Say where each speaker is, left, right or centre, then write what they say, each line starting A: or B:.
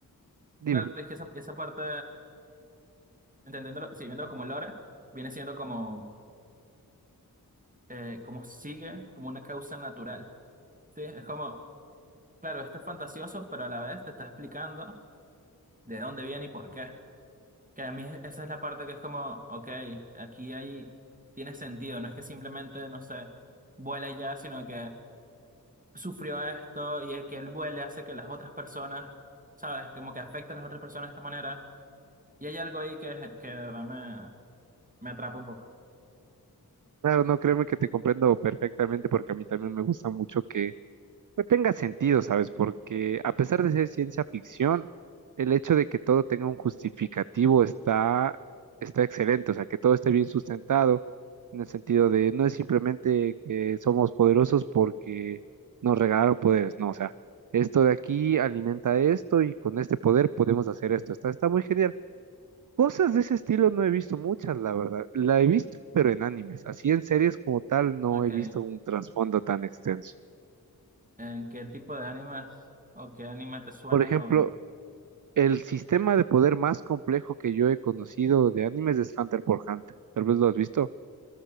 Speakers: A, on the right; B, on the right.
A: Dime.
B: claro, es que esa, esa parte, entendiéndolo, sí, viéndolo como lore, viene siendo como, eh, como sigue, como una causa natural, sí, es como, claro, esto es fantasioso, pero a la vez te está explicando de dónde viene y por qué. Que a mí esa es la parte que es como, ok, aquí hay, tiene sentido, no es que simplemente, no sé, vuele ya, sino que sufrió esto y es que él vuele hace que las otras personas, ¿sabes? Como que afecta a las otras personas de esta manera. Y hay algo ahí que, que de verdad me, me atrapa un poco.
A: Claro, no, créeme que te comprendo perfectamente porque a mí también me gusta mucho que pues, tenga sentido, ¿sabes? Porque a pesar de ser ciencia ficción, el hecho de que todo tenga un justificativo está, está excelente, o sea, que todo esté bien sustentado en el sentido de no es simplemente que somos poderosos porque nos regalaron poderes, no, o sea, esto de aquí alimenta esto y con este poder podemos hacer esto, está, está muy genial. Cosas de ese estilo no he visto muchas, la verdad. La he visto, pero en animes. Así en series como tal no
B: Ok,
A: he visto un trasfondo tan extenso.
B: ¿en qué tipo de animes o qué anime te suena
A: Por ejemplo,
B: con...?
A: el sistema de poder más complejo que yo he conocido de animes es Hunter por Hunter. Tal vez lo has visto.